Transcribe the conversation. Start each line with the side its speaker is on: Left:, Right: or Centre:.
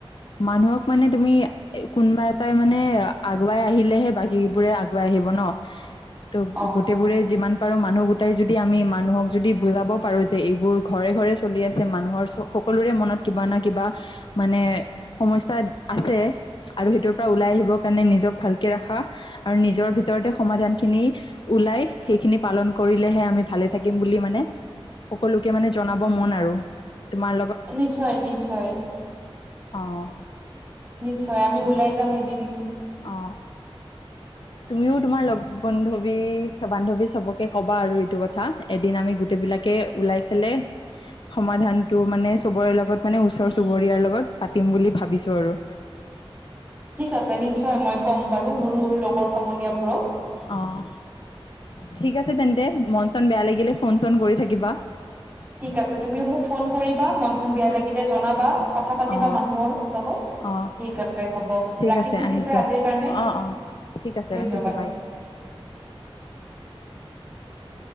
Left: মানুহক মানে তুমি কোনোবা এটাই মানে আগুৱাই আহিলেহে বাকীবোৰে আগুৱাই আহিব ন! ত'
Right: অ
Left: গোটেইবোৰে যিমান পাৰোঁ, মানুহ গোটাই যদি আমি মানুহক যদি বুজাব পাৰো যে এইবোৰ ঘৰে ঘৰে চলি আছে মানুহৰ সকলোৰে মনত কিবা না কিবা মানে সমস্যাত আছে আৰু সেইটোৰ পৰা ওলাই আহিবৰ কাৰণে নিজক ভালকে ৰাখা আৰু নিজৰ ভিতৰতে সমাধানখিনি ওলাই সেইখিনি পালন কৰিলেহে আমি ভালে থাকিম বুলি মানে সকলোকে মানে জনাব মন আৰু। তোমাৰ
Right: নিশ্চয় নিশ্চয়।
Left: অ'।
Right: নিশ্চয় আমি ওলাই যাম এদিন।
Left: অঁ তুমিও তোমাৰ লগ বন্ধৱী - বান্ধৱী চবকে কব বা আৰু এইটো কথা, এদিন আমি গোটেইবিলাকে ওলাই ফালে সমাধানটো মানে চবৰে লগত মানে ওচৰ চুবুৰীয়াৰ লগত পাতিম বুলি ভাবিছো আৰু।
Right: ঠিক আছে, নিশ্চয় মই ক'ম। বাৰু মোৰো লগৰ সমনীয়াবোৰক।
Left: অঁ, ঠিক আছে তেন্তে। মন চন বেয়া লাগিলে ফোন চোন কৰি থাকিবা।
Right: ঠিক আছে, তুমিও মোক ফোন কৰিবা মন চ চন বেয়া লাগিলে জনাবা। কথা পাতিবা
Left: অ
Right: মানুহৰ লগত,
Left: অ
Right: ঠিক আছে হ'ব
Left: ঠিক
Right: ৰাখিছো
Left: আছে আহিছোঁ
Right: পিছে আজিৰ কাৰণে,
Left: অ অ ঠিক আছে
Right: ধন্যবাদ।
Left: ৰাখিছোঁ বাই